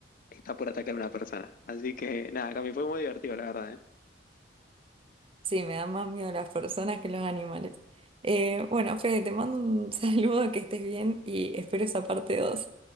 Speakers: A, on the left (about 45°); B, on the right (about 30°).
A: está por atacar una persona. Así que nada, Cami, fue muy divertido, la verdad, ¿eh?
B: Sí, me dan más miedo las personas que los animales. Eh, bueno, Fede, te mando un <laughs> saludo, que estés bien y espero esa parte 2